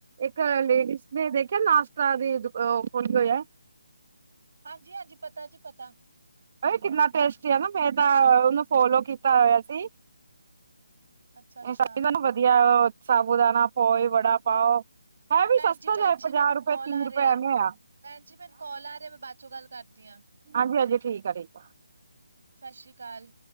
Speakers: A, on the right; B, on the right.
A: ਇੱਕ ਲੇਡੀਜ਼ ਨੇ ਦੇਖਿਆ ਨਾਸ਼ਤਾ ਦੀ ਦੁ ਉਹ ਖੋਲਿਆ ਹੋਈਆ।
B: ਹਾਂਜੀ-ਹਾਂਜੀ ਪਤਾ ਜੀ ਪਤਾ।
A: ਕਿੰਨਾ ਟੇਸਟੀ ਆਨਾ ਮੈਂ ਤਾਂ ਉਹਨੂੰ ਫੋਲੋ ਕੀਤਾ ਹੋਇਆ ਸੀ।
B: ਅੱਛਾ-ਅੱਛਾ
A: ਸਾਬਦਾਨ ਵਧੀਆ ਸਾਬੂਦਾਨਾ, ਪੋਹੇ, ਵੜਾ ਪਾਓ। ਹੈ ਵੀ
B: ਭੈਣ
A: ਸਸਤਾ
B: ਜੀ ਭੈਣ
A: ਜਾ
B: ਜੀ
A: ਪੰਜਾਹ
B: ਮੈਨੂੰ
A: ਰੁਪਏ
B: ਕਾਲ
A: ਤੀਹ
B: ਆ
A: ਰੁਪਏ
B: ਰਿਹਾ
A: ਐਵੇਂ ਆ
B: ਭੈਣ ਜੀ ਮੈਨੂੰ ਕਾਲ ਆ ਰਿਹਾ ਮੈਂ ਬਾਦ ਚੋਂ ਗੱਲ ਕਰਦੀ ਹਾਂ।
A: ਹਾਂਜੀ-ਹਾਂਜੀ, ਠੀਕ ਆ ਠੀਕ ਆ।
B: ਸਸ ਸ਼੍ਰੀ ਕਾਲ।